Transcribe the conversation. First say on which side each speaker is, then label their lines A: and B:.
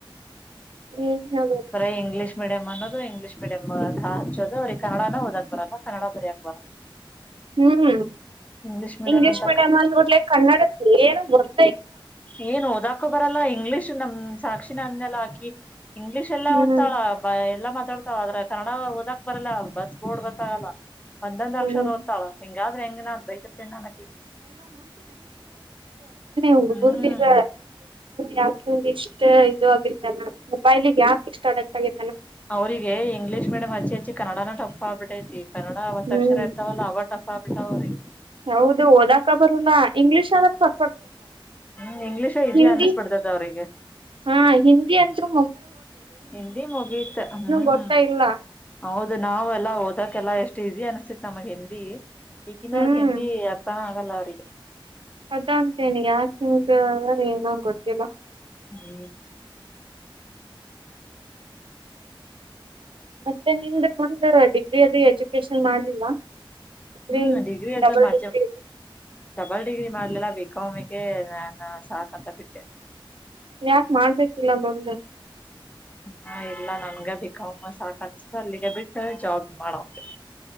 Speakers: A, on the right (about 70°); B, on the left (about 15°).
A: ಹ್ಮ ಹ
B: ಬರ ಇಂಗ್ಲಷ ಮೀಡಿಯಂ್ ಅನ್ನೋದು ಇಂಗ್ಲೀಷ ಮೀಡಿಯಂ್ ಹಚ್ಚೋದು ಅವ್ರಿಗೆ ಕನ್ನಡನ ಓದಕ್ ಬರಲ್ಲ ಕನ್ನಡ ಬರಯಕ ಬರಲ್ಲ
A: ಹ್ಮ್
B: ಇಂಗ್ಲಿಷ್ ಮೀಡಿಯಂ
A: ಇಂಗ್ಲೀಷ್
B: ಅಂತ
A: ಮೀಡಿಯಂ್ ಅಂದ್ಬಟ್ಲೆ ಕನ್ನಡದ ಏನ ಗೊತ್ತಿಲ್ಲ
B: ಏನ್ ಓದಾಕೊ ಬರಲ್ಲ ಇಂಗ್ಲಿೀಷ್ ನಮ್ ಸಾಕ್ಷಿಿನ ಅಂದೆಲ್ಲ ಹಾಕಿ ಇಂಗ್ಲಿಷ್ ಎಲ್ಲಾ
A: ಹ್ಮ್
B: ಓದ್ತಾಳ ಬ ಎಲ್ಲಾ ಮಾತಾಡ್ತಾವಳ ಆದ್ರ ಕನ್ನಡ ಓದಕ್ ಬರಲ್ಲ ಬಸ್ ಬೋರ್ಡ್ ಗೊತ್ತಾಗಲ್ಲ. ಒಂದೊಂದ್ ಅಕ್ಷರ
A: ಹ್ಮ್
B: ಓದ್ತಾಳ ಹೆಂಗಾದ್ರ ಹೆಂಗ ನ ಬೈದು ಬಿಡ್ತೀನಿ ನಾ ಅಕಿಗೆ
A: ಹುಡ್ಗುರ್ದಗ
B: ಹ್ಮ್
A: ಯಾಕಂಗ ಇಷ್ಟ್ ಇದು ಆಗರ್ತ್ತ ಮಡ್ ಮೊಬೈಲಿಗೆ ಯಾಕೆ ಇಷ್ಟ್ ಅಡಕ್ಟ್ ಆಗಿ
B: ಅವ್ರರಿಗೆ ಇಂಗ್ಲೀಷ್ ಮಡಿಯಂ ಹಚ್ಚಿ ಹಚ್ಚಿ ಕನ್ನಡನ ಟಫ್ ಆಗ್ಬಿಟೇತಿ ಕನ್ನಡ ವತ್
A: ಹ್ಮ್
B: ಅಕ್ಷರ ಇರ್ತಾವಲ್ಲ ಅವ ಟಫ ಆಬಿಟ್ಟ ಅವ್ರಿಗೆ
A: ಹೌದು ಓದಾಕ ಬರಲ್ಲ ಇಂಗ್ಲಿಷ್ ಆದ್ರ ಫಟ್
B: ಹ್ಮ್ ಇಂಗ್ಲೀಷ ಈಸಿ
A: ಹಿಂದಿ
B: ಅನ್ಸ್ಬಿಡ್ತದ ಅವ್ರಿಗೆ
A: ಹ ಹಿಂದಿ ಅಂತ್ರು
B: ಹಿಂದಿ ಮುಗೀತ ಹ್ಮ್
A: ಗೊತ್ತ ಇಲ್ಲ
B: ಹೌದು ನಾವೆಲ್ಲ ಓದಕ್ಕೆೆಲ್ಲ ಎಷ್ಟ ಈಜಿ ಅನ್ಸ್ತಿತ್ ನಮಗ್ ಹಿಂದಿ ಈಕನ್ನ
A: ಹ್ಮ್
B: ಅವ್ರಗ್ ಹಿಂದಿ ಅರ್ತನ ಆಗಲ್ಲ ಅವ್ರಿಗೆ
A: ಅದ ಅಂತೇನೆ ಯಾಕಿಂದ ಏನ ಗೊಡ್ತಿಲ್ಲ
B: ಹ್ಮ್
A: ಮತ್ತೆ ನಿಮ ಮುಂದ ಡಿಗ್ರಿ ಅದ ಎಜುಕೇಶನ್ ಮಾಡ್ಲಿಲ್ಲ ಡಿಗ್ರಿ
B: ಹ್ಮ್ ಡಿಗ್ರಿ ಅದ
A: ಡಬಲ್
B: ಮಾ
A: ಡಿಗ್ರಿ
B: ಅವಲ್ ಡಿಗ್ರಿ ಮಾಡ್ಲಿಲ್ಲ ಬಿಕಾಮಿಗೆ ನಾನು ಸಾಕಂತ ಬಿಟ್ಟೆ
A: ಯಾಕೆ ಮಾಡ್ಬೇಕಿಲ್ಲ ಮಮ
B: ಹಾ ಇಲ್ಲ ನನ್ಗ ಬಿಕಾಮ್ ಸಾಕ್ ಅನ್ಸತು ಅಲ್ಲಿಗೆ ಬಿಟ್ಟ ಜಾಬ್ ಮಾಡ ಹ್ಮ